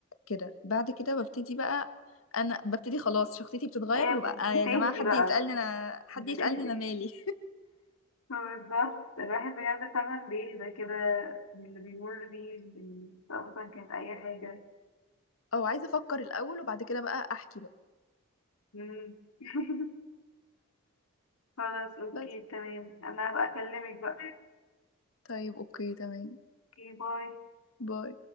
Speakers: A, on the left; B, on the left.
A: كده بعد كده ببتدي بقى انا ببتدي خلاص شخصيتي بتتغير
B: ايه
A: وببقى
B: بتهدي
A: آه يا جماعه حد
B: بقى
A: يسالني انا حد
B: بتهدي
A: يسالني انا مالي
B: بالظبط الواحد بجد فعلا بيهدى كده من اللي بيمر بيه من- سواء مثلا كانت أي حاجة
A: <laughs> او عايزه افكر الاول وبعد كده بقى احكي بقى
B: مم. <laughs> خلاص أوكي
A: بس
B: تمام أنا هبقى أكلمك بقى
A: طيب اوكي تمام
B: أوكي باي
A: باي